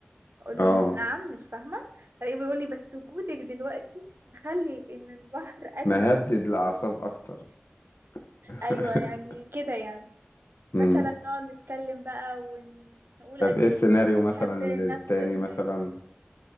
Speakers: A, on the right; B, on the left.
A: أقول
B: اه
A: له م- نعم مش فاهمة فلاقيه بيقول لي بس وجودك دلوقتي مخلي إن البحر أجمل
B: مهدد
A: بك
B: الأعصاب أكتر <laughs>
A: أيوة يعني كده يعني مثلا
B: امم
A: نقعد نتكلم بقى ونقول
B: طب
A: قد
B: إيه
A: ايه
B: السيناريو
A: احنا
B: مثلا
A: بنحب
B: اللي
A: نفس
B: التاني
A: ال
B: مثلا